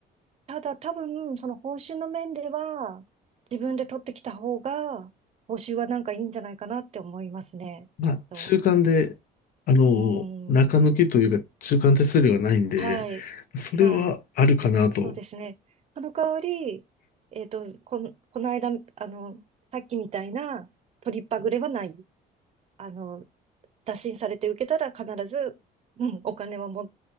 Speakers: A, on the right (about 40°); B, on the left (about 60°).
A: ただ多分、その報酬の面では、自分で取ってきた方が、報酬はなんかいいんじゃないかなって思いますね、
B: まあ、
A: きっと。
B: 中間で、あの、
A: うん、
B: 中抜きというか、中間手数料がないんで、
A: はい、
B: それはあるかなと。
A: はい、そうですね。その代わり、えっと、この、この間、あの、さっきみたいな、取りっぱぐれはない。あの、打診されて受けたら必ず、うん、お金はも、